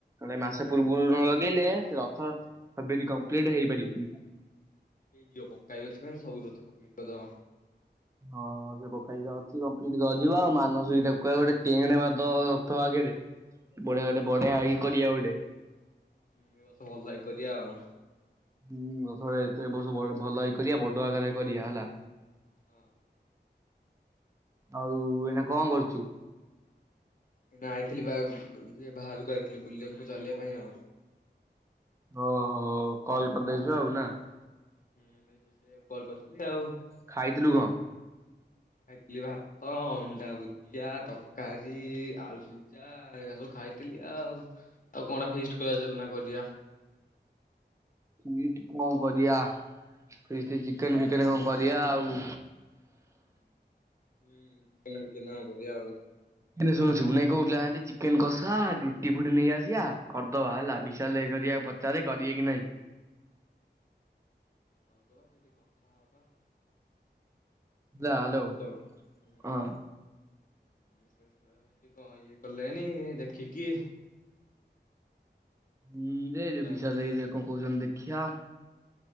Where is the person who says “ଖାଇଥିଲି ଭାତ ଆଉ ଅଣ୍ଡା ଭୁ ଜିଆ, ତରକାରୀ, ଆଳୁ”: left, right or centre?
Left